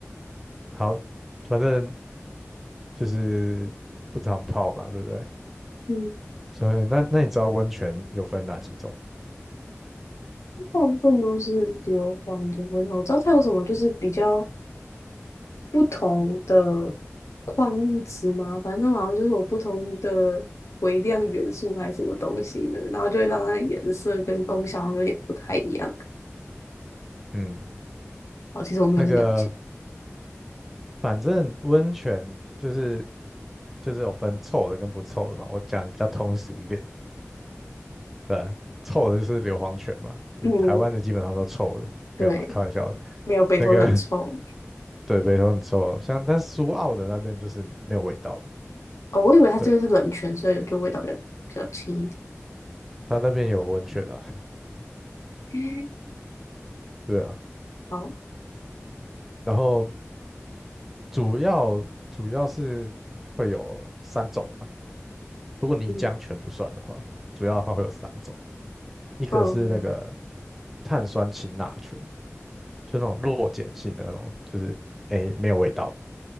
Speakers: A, in the centre; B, on the left (about 75°).
A: 好，反正就是不常泡嘛，对不对？
B: 嗯，
A: 所以那那你知道温泉有分哪几种吗？
B: 大部分都是硫磺的味道。我知道它有什么就是比较不同的矿物质嘛，反正好像就是有不同的微量元素还是什么东西的，然后就会让它的颜色跟功效好像有点不太一样。
A: 嗯，
B: 哦，其实我没有很了解。
A: 那个反正温泉就是就是有分臭的跟不臭的嘛。我讲比较通俗一点，对啊臭的就是硫磺泉嘛，就是台湾的基本上都臭的，
B: 嗯，对，
A: 没有啦，开玩笑的。
B: 没有北投的很臭。
A: 那个 <laughs> 对，北投很臭啊像但苏澳的那边就是没有味道的，
B: 哦，我以为它这个是冷泉，
A: 对，
B: 所以就味道比较比较轻一
A: 它那边有温泉啊。
B: 点
A: 对啊，
B: 好，
A: 然后主要主要是会有三种啊，如果泥浆全不算的话，
B: 嗯
A: 主要它会有三种，一个是那个
B: 嗯，
A: 碳酸氢钠醛，就那种弱碱性的那种，就是诶没有味道的，